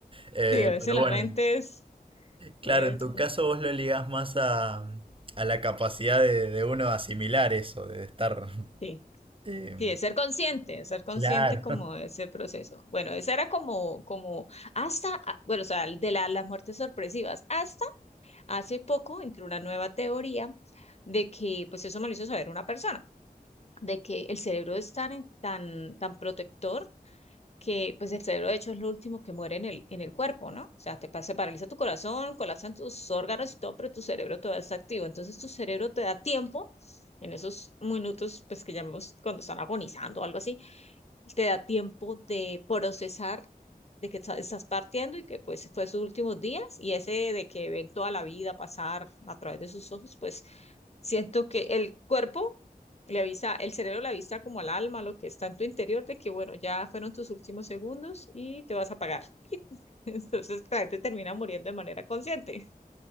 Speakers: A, on the right; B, on the left.
A: Eh,
B: sí, a veces
A: pero
B: la
A: bueno,
B: mente es,
A: claro,
B: es
A: en tu
B: lo-
A: caso vos lo ligás más a, a la capacidad de, de uno de asimilar eso, de estar...
B: sí.
A: eh,
B: Sí, de ser consciente, de ser consciente
A: claro,
B: como de ese proceso. Bueno, esa era como, como hasta, ah, bueno, o sea, de la- las muertes sorpresivas, hasta hace poco entró una nueva teoría de que, pues eso me lo hizo saber una persona, de que el cerebro es tan, en- tan, tan protector que, pues el cerebro de hecho es lo último que muere en el, en el cuerpo, ¿no? O sea, te pasa, paraliza tu corazón, colapsan tus órganos y todo, pero tu cerebro todavía está activo. Entonces tu cerebro te da tiempo en esos minutos, pues que llamamos cuando están agonizando o algo así te da tiempo de procesar de que está- estás partiendo y que pues fue sus últimos días y ese de que ven toda la vida pasar a través de sus ojos, pues siento que el cuerpo le avisa, el cerebro le avisa como al alma, lo que está en tu interior, de que bueno, ya fueron tus últimos segundos y te vas a apagar. <laughs> Entonces la gente termina muriendo de manera consciente.